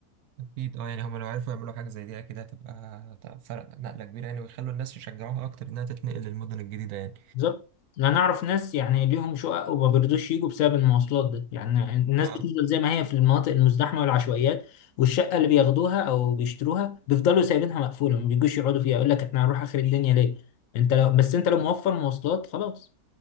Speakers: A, on the right; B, on the left.
A: اكيد اه يعني هما لو عرفوا يعملوا حاجه زي دي اكيد هتبقى هتبقى فرق نقله كبيره يعني ويخلوا الناس يشجعوها اكتر انها تتنقل للمدن الجديده يعني
B: بالظبط يعني انا اعرف ناس يعني ليهم شقق وما بيرضوش يجوا بسبب المواصلات ده يعني الناس
A: اه
B: بتفضل زي ما هي في المناطق المزدحمه والعشوائيات والشقه اللي بياخدوها او بيشتروها بيفضلوا سايبينها مقفوله ما بيجوش يقعدوا فيها يقول لك احنا هنروح اخر الدنيا ليه انت لو بس انت لو موفر مواصلات خلاص